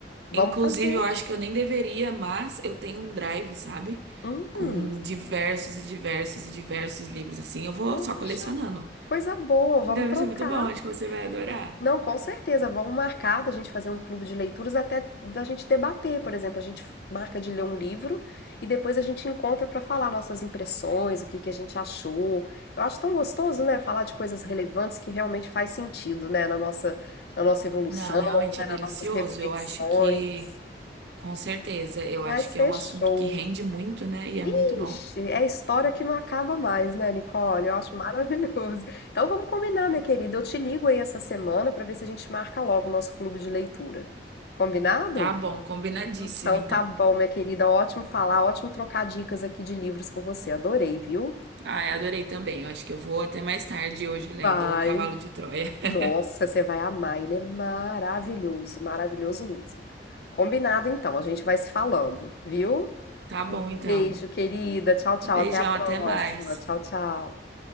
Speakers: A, on the left; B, on the right.
A: Vamos
B: Inclusive,
A: fazer.
B: eu acho que eu nem deveria, mas eu tenho um drive, sabe?
A: Hum,
B: Com diversos e diversos e diversos livros, assim. Eu vou
A: poxa,
B: só colecionando.
A: coisa boa. Vamos
B: Deve
A: trocar.
B: ser muito bom, acho que você vai adorar.
A: Não, com certeza. Vamos marcar da gente fazer um clube de leituras, até da gente debater, por exemplo, a gente marca de ler um livro e depois a gente encontra para falar nossas impressões, o que que a gente achou. Eu acho tão gostoso, né, falar de coisas relevantes que realmente faz sentido, né, na nossa, na nossa evolução,
B: Não, realmente
A: né,
B: é delicioso.
A: nas nossas reflexões.
B: Eu acho que, com certeza, eu
A: Vai
B: acho
A: ser
B: que é um
A: show.
B: assunto que rende muito, né? E é
A: Ixi,
B: muito bom.
A: é história que não acaba mais, né, Nicole? Eu acho maravilhoso. Então vamos combinar, minha querida. Eu te ligo aí essa semana para ver se a gente marca logo o nosso clube de leitura. Combinado?
B: Tá bom, combinadíssimo,
A: Então
B: então.
A: tá bom, minha querida. Ótimo falar, ótimo trocar dicas aqui de livros com você. Adorei, viu?
B: Ah, eu adorei também. Eu acho que eu vou até mais tarde hoje
A: Vai.
B: lendo O Cavalo de Troia. <laughs>
A: Nossa, você vai amar. Ele é maravilhoso, maravilhoso mesmo. Combinado então, a gente vai se falando, viu?
B: Tá bom,
A: Beijo,
B: então.
A: querida. Tchau, tchau.
B: Beijão,
A: Até a próxima.
B: até mais.
A: Tchau, tchau.